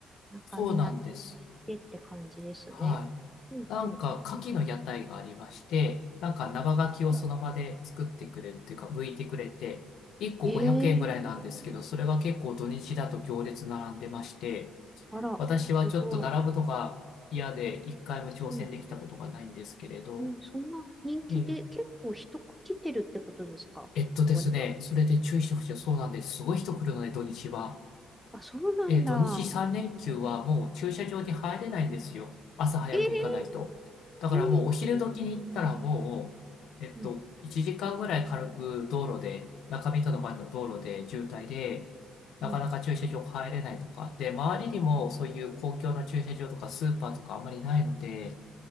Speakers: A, in the centre; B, on the left.
A: 中港に行っ
B: そうなんです。
A: てって感じですね。
B: はい。
A: うん、
B: なんか、
A: うん。なる
B: 牡蠣の屋台がありまして、なんか生牡蠣をその場で作ってくれるっていうか、
A: ほど。
B: 剥いてくれて、1個500円ぐらいなんですけど、
A: ええ
B: それが結構土日だと行列並んでまして、
A: あら、
B: 私はちょっと並ぶのが嫌で、
A: すごい。
B: 一回も挑戦できたことがないんですけれど、
A: うん、うん。そんな人気で、
B: ええ、
A: 結構人来てるってことですかここには。
B: えっとですね、それで注意してほしい。そうなんです。すごい人来るので、土日は。
A: あ、そうなんだ。
B: えー、土日3連休はもう駐車場に入れないんですよ。朝早く行かないと。
A: え
B: だからもうお昼時に行ったらもう、
A: えええ
B: えっと、
A: うん、
B: 1時間ぐらい軽く道路で、中見との前の道路で渋滞で、なかなか駐車場入れないとか。
A: うん。
B: で、周りにもそういう公共の駐車場とかスーパーとかあんまりないので、